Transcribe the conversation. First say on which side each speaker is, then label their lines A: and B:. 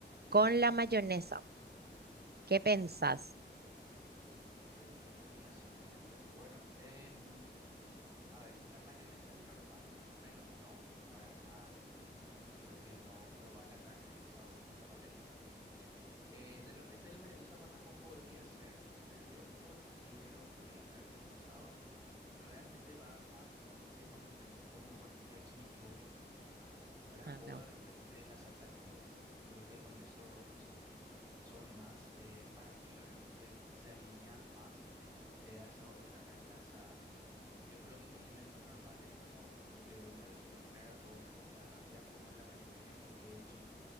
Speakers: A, on the right (about 60°); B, on the right (about 15°).
A: Con
B: Ujú.
A: la mayonesa, ¿qué pensás?
B: Uh, qué, qué combinación tiraste ahí. Bueno, em, a ver, la mayonesa normal, por lo menos no, para nada. Yo creo que no, no va la carne del asado con esa mayonesa. Eh, de repente la mayonesa con ajo podría ser, pero yo considero que la carne del asado realmente va más hacia condimentos como por ejemplo el chimichurri ¿verdad?
A: Ah,
B: O
A: me gusta.
B: de repente la salsa criolla. Yo creo que con eso, eso son más, eh, para mí, ¿verdad? Como que, que se alinean más eh, al sabor de la carne asada. Yo creo que condimentos normales como el que uno le suele poner a todas las comidas rápidas, como la mayonesa, el ketchup,